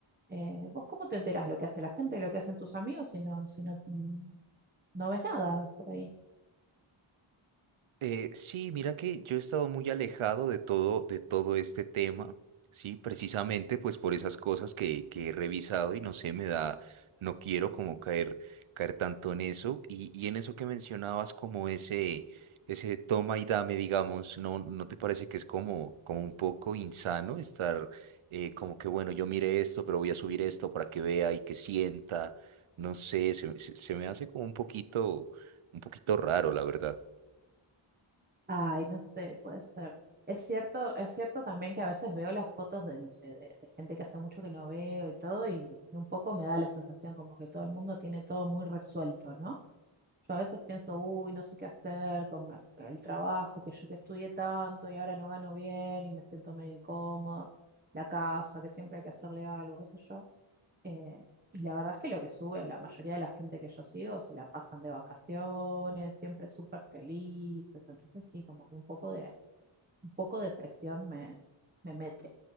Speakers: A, on the right; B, on the right.
A: Eh, ¿vos cómo te enterás lo que hace la gente, lo que hacen tus amigos si no, si no, mm, no ves nada por ahí?
B: Eh, sí, mira que yo he estado muy alejado de todo, de todo este tema, sí, precisamente pues por esas cosas que, que he revisado y no sé, me da, no quiero como caer, caer tanto en eso y, y en eso que mencionabas como ese, ese toma y dame, digamos, ¿no, no te parece que es como, como un poco insano estar eh, como que bueno, yo mire esto, pero voy a subir esto para que vea y que sienta, no sé, se, se se me hace como un poquito, un poquito raro, la verdad.
A: Ay, no sé, puede ser. Es cierto, es cierto también que a veces veo las fotos de, no sé, de, de gente que hace mucho que no veo y todo, y, y un poco me da la sensación como que todo el mundo tiene todo muy resuelto, ¿no? Yo a veces pienso, uy, no sé qué hacer con mi- el trabajo, que yo que estudié tanto y ahora no gano bien y me siento medio incómoda, la casa, que siempre hay que hacerle algo, qué sé yo. Eh, y la verdad es que lo que sube, la mayoría de la gente que yo sigo se la pasan de vacaciones, siempre súper felices. Entonces sí, como que un poco de, un poco de presión me, me mete.